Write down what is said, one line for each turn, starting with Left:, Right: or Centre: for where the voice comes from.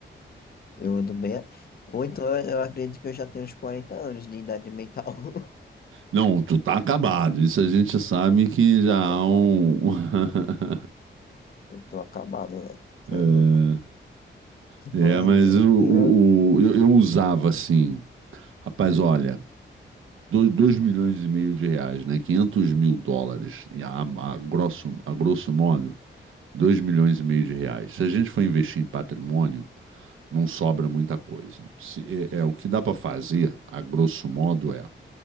Left: eu ando bem. a- Ou então eu eu acredito que eu já tenho uns 40 anos de idade mental. <laughs>
Right: Não, tu tá acabado. Isso a gente sabe que já
Left: Tô acabado,
Right: há um. <laughs>
Left: eu tô acabado, velho. Você
Right: É,
Left: é louco. Tipo,
Right: é,
Left: eu,
Right: mas o, o-
Left: eu-
Right: o- eu, eu usava assim. Rapaz, olha, 2 milhões e meio de reais, né? quinhentos mil dólares, e a, a grosso, a grosso modo, 2 milhões e meio de reais. Se a gente for investir em patrimônio, não sobra muita coisa. Se- é, é, o que dá para fazer, a grosso modo, é